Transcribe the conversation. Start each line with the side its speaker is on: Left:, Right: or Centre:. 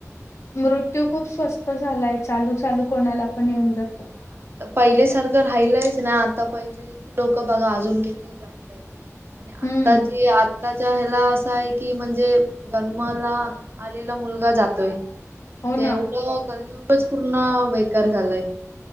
Left: मृत्यू खूप स्वस्त झालायं चालू -चालू कोणाला पण येऊन जातो.
Right: पहिले सारखं राहिलंयच नाही, आता पहिलेचे लोकं बघा अजून किती जगतायेत. आणि आताची
Left: हम्म.
Right: आज आताच्या ह्याला असा आहे की, म्हणजे जन्माला आलेला मुलगा जातोय, म्हणजे
Left: हो ना.
Right: एवढं कलयुगचं पूर्ण बेकार झालंय.